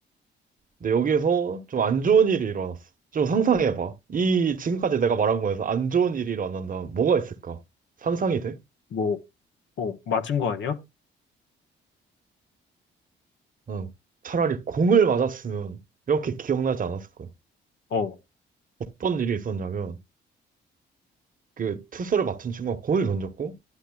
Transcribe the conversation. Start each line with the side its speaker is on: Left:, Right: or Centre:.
Right: 근데 여기서 좀 안 좋은 일이 일어났어. 좀 상상해봐. 이 지금까지 내가 말한 거에서 안 좋은 일이 일어난다면 뭐가 있을까? 상상이 돼?
Left: 뭐, 어, 맞은 거 아니야?
Right: 응. 차라리 공을 맞았으면 이렇게 기억나지 않았을 거야.
Left: 어,
Right: 어떤 일이 있었냐면 그 투수를 맡은 친구가 공을 던졌고